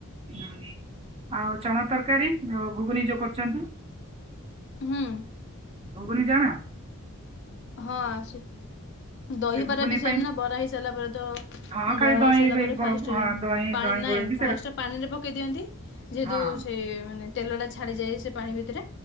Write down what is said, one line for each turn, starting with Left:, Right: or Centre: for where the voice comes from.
Right: ହୁଁ ଆଉ ଚଣା ତରକାରୀଉ ଘୁଗୁନି ଯୋଉ କରୁଛନ୍ତି?
Left: ହୁଁ।
Right: <unintelligible>
Left: ହଁ। ଦହିବରା
Right: ଏ ଘୁଗୁନି
Left: ବି ସେମ୍
Right: ପାଇଁ
Left: ନା ବରା ହେଇସାରିଲା ପରେ ତ
Right: ହଁ ଖାଲି
Left: ବରା
Right: ଦହି
Left: ହେଇସାରିଲା
Right: ଦହି
Left: ପରେ
Right: ଗ-
Left: ଫାଷ୍ଟ
Right: ହଁ, ଦହି
Left: ପାଣି
Right: ଦହି
Left: ନାହିଁ।
Right: ଗୋଳେଇକି
Left: ଫାଷ୍ଟ
Right: ସେଇଟା
Left: ପାଣିରେ ପକାଇ ଦିଅନ୍ତି ଯେହେତୁ
Right: ହଁ
Left: ସେ ମାନେ ତେଲଟା ଛାଡ଼ିଯାଏ ସେ ପାଣି ଭିତରେ।